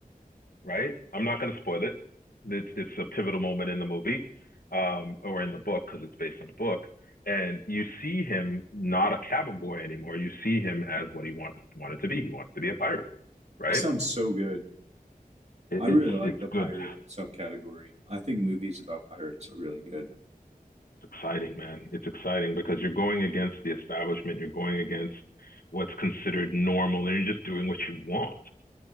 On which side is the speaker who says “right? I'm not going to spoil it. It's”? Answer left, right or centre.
Left